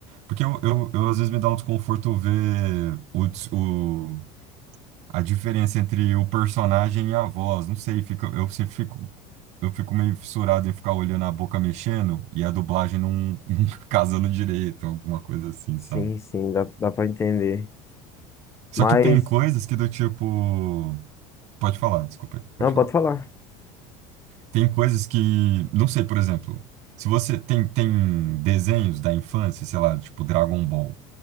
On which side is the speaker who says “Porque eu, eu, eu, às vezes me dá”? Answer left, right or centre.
Right